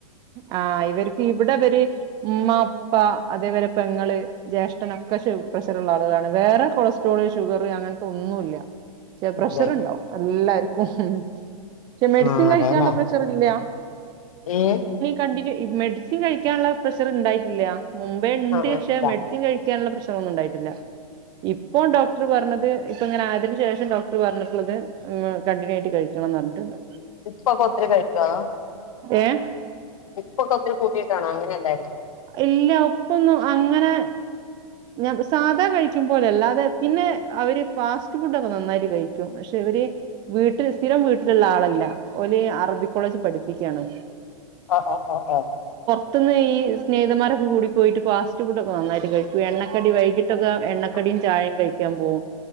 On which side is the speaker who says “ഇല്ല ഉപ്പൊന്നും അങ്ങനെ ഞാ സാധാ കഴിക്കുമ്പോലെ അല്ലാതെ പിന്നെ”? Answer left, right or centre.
Right